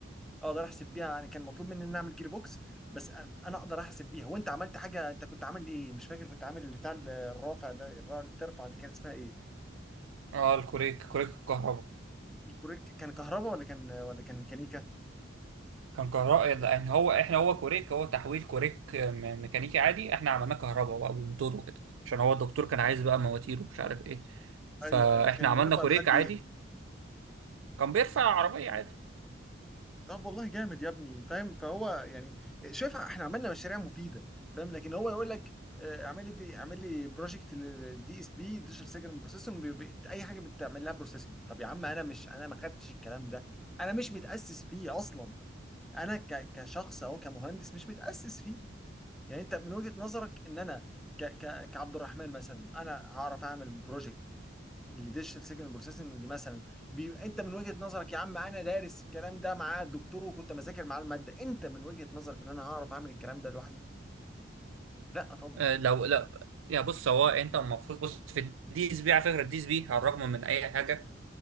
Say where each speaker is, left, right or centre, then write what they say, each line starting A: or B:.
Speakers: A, in the centre; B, on the right.
A: اقدر احسب بيها يعني كان مطلوب مني ان اعمل جير بوكس بس انا أنا اقدر احسب بيها وانت عملت حاجه انت كنت عامل ايه مش فاكر كنت عامل بتاع الرافع ده الرافع اللي بترفع دي كانت اسمها ايه
B: اه الكوريك كوريك الكهرباء
A: الكوريك كان كهرباء ولا كان ولا كان ميكانيكا
B: كان كهرباء يعني هو احنا هو كوريك هو تحويل كوريك م- ميكانيكي عادي احنا عملناه كهرباء بقى بالموتور وكده عشان هو الدكتور كان عايز بقى مواتير ومش عارف ايه فاحنا
A: ايوه ايوه كان
B: عملنا
A: بيرفع
B: كوريك
A: لحد
B: عادي
A: ايه
B: كان بيرفع عربية عادي
A: طب والله جامد يا ابني فاهم فهو يعني شايف احنا عملنا مشاريع مفيده فاهم لكن هو يقول لك آه، اعمل لي دي اعمل لي بروجكت للدي اس بي ديجيتال سيجنال بروسيسنج اي حاجه بتعمل لها بروسيسنج طب يا عم انا مش انا ما خدتش الكلام ده انا مش متاسس فيه اصلا انا ك كشخص او كمهندس مش متاسس فيه يعني انت من وجهه نظرك ان انا ك ك كعبد الرحمن مثلا انا هعرف اعمل بروجكت الديجيتال سيجنال بروسيسنج مثلا بيبقى انت من وجهة نظرك يا عم انا دارس الكلام ده مع الدكتور وكنت مذاكر معاه المادة انت من وجهة نظرك ان انا هعرف اعمل الكلام ده لوحدي لا طبعا
B: اه، لو لا يا بص هو انت المفروض بص في الدي اس بي على فكرة الدي اس بي على الرغم من اي حاجة